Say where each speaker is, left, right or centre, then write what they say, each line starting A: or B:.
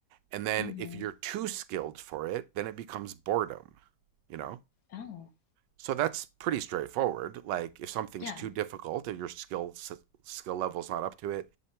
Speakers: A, on the right; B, on the left.
A: and then
B: Mm-hmm.
A: if you're too skilled for it then it becomes boredom you know
B: Oh.
A: so that's pretty straightforward like if something's
B: Yeah.
A: too difficult if your skill skill level's not up to it